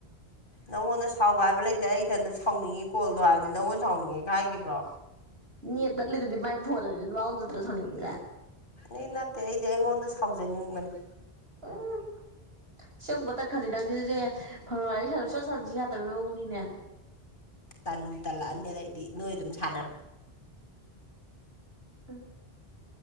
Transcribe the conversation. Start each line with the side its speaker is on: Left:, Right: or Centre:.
Left: ꯅꯪꯉꯣꯟꯗ ꯁꯥꯎꯕ ꯍꯥꯏꯕ ꯂꯩ ꯇꯦ ꯑꯩ ꯊꯟꯗ ꯁꯥꯎꯅꯤꯡꯉꯤ ꯀꯣꯜꯗꯣ ꯍꯥꯏꯕꯅꯤ ꯅꯪꯉꯣꯟ ꯁꯥꯎꯅꯤꯡꯉꯤ ꯀꯥꯏ ꯍꯥꯏꯈꯤꯕ꯭ꯔꯣ
Right: ꯅꯦꯠ ꯇꯠꯂꯤꯗꯨꯗꯤ ꯃꯥꯏ ꯐꯣꯟꯗꯣ ꯃꯉꯣꯟꯗ ꯅꯠꯇ꯭ꯔꯣ ꯁꯥꯎꯅꯤꯡꯂꯤꯁꯦ
Left: ꯅꯦꯠ ꯅꯠꯇꯦ ꯑꯩꯗꯤ ꯑꯩꯉꯣꯟꯗ ꯁꯥꯎꯖꯅꯤꯡꯕꯅꯤ
Right: <unintelligible> ꯁꯤ ꯑꯃꯨꯛꯀ ꯇꯠꯈ꯭ꯔꯗꯤ ꯅꯪꯅꯤ ꯗꯤ ꯐꯣꯟ ꯋꯥꯔꯤ ꯁꯨꯛꯁꯥꯟ ꯁꯥꯟꯅꯁꯤ ꯌꯥꯗꯕꯒꯤ ꯃꯑꯣꯡꯅꯤꯅꯦ
Left: ꯇꯟꯕꯨ ꯇꯜꯂꯛꯑꯅꯤ ꯑꯩꯗꯤ ꯅꯣꯏ ꯑꯗꯨꯝ ꯁꯥꯟꯅꯔꯣ
Right: <unintelligible>